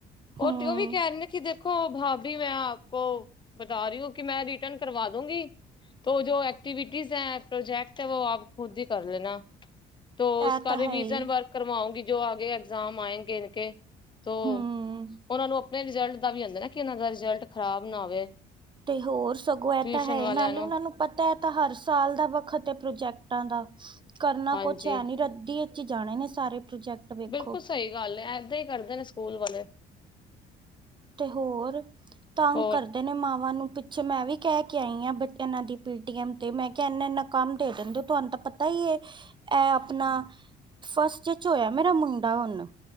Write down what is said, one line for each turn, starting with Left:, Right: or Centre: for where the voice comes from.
Left: ਉਹ
Right: ਹੂੰ
Left: ਤੇ ਉਹ ਵੀ ਕਹਿ ਰਹੀ ਕਿ। ਦੇਖੋ ਭਾਭੀ ਮੈਂ ਆਪ ਕੋ ਬਤਾ ਰਹੀ ਹ ਕਿ, ਮੈਂ ਰਿਟਰਨ ਕਰਵਾ ਦੂੰਗੀ। ਜੋ ਐਕਟੀਿਵਿਟੀਜ਼ ਹੈ ਪ੍ਰੋਜੈਕਟ ਹੈ, ਉਹ ਆਪ ਖੁਦ ਹੀ ਕਰ ਲੈਣਾ। ਉਸ
Right: ਇਹ ਤਾਂ
Left: ਰਿਵਿਜ਼ਨ
Right: ਹੈ ਹੀ
Left: ਵਰਕ ਕਰਵਾਉਂਗੀ ਜੋ ਆਗੇ, ਐਗਜ਼ਾਮ ਆਏਂਗੇੇ ਇਨ ਕੇ ਤ ਉਹਨਾਂ
Right: ਹੂੰ
Left: ਨੂੰ ਆਪਣੇ ਰਿਜ਼ਲਟ ਦਾ ਵੀ ਆਉਂਦਾ ਨਾ, ਕਿ ਉਹਨਾਂ ਦਾ ਰਿਜਲਟ ਖ਼ਰਾਬ ਨਾ ਹੋਵੇ।
Right: ਤੇ ਹੋਰ ਸਗੋਂ ਇਹ
Left: ਟਿਊਸ਼ਨ
Right: ਤਾਂ ਹੈ,
Left: ਵਾਲਿਆਂ
Right: ਨਾਲ ਉਹਨਾਂ ਨੂੰ ਪਤਾ ਹੈ ਤਾਂ ਹਰ ਸਾਲ ਦਾ ਵੱਖਤ, ਪ੍ਰੋਜੈਕਟਾਂ ਦਾ ਕਰਨਾ
Left: ਹਾਂਜੀ
Right: ਕੁਛ ਹੈ ਨੀ ਰੱਦੀ ਵਿੱਚ ਜਾਣੇ ਨੇ ਸਾਰੇ ਪ੍ਰੋਜੈਕਟ। ਵੇਖੋ
Left: ਬਿਲਕੁਲ ਸਹੀ ਗੱਲ ਹੈ, ਏਦਾਂ ਹੀ ਕਰਦੇ ਨੇ ਸਕੂਲ ਵਾਲੇ।
Right: ਤੇ ਹੋਰ ਤੰਗ
Left: ਹੋਰ
Right: ਕਰਦੇ ਨੇ ਮਾਵਾਂ ਨੂੰ ਪਿੱਛੇ, ਮੈਂ ਵੀ ਕਹਿ ਕੇ ਆਈ ਹਾਂ ਬੱਚਿਆਂ ਇਹਨਾਂ ਦੀ ਪੇਟੀ ਐਮ ਤੇ ਮੈਂ ਕਿਹਾ, ਇਨਾ ਇੰਨਾ ਕੰਮ ਦੇ ਦਿੰਦੇ ਤੁਹਾਨੂੰ ਤਾਂ ਪਤਾ ਹੀ ਹੈ। ਇਹ ਆਪਣਾ ਫਸਟ ਚ, ਹੋਇਆ ਮੇਰਾ ਮੁੰਡਾ ਹੁਣ